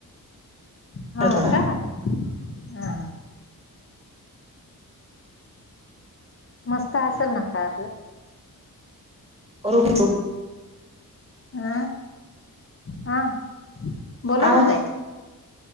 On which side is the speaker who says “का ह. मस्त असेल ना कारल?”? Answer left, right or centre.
Left